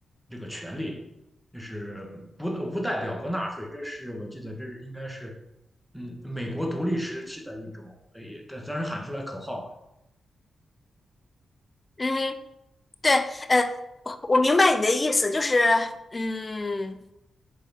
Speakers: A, in the centre; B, on the left (about 30°).
A: 这个权利，就是不不代表不纳税。这是我记得，这是应该是嗯美国独立时期的一种，呃，也当当时喊出来口号嘛。
B: 嗯，对，呃，我我明白你的意思，就是，嗯，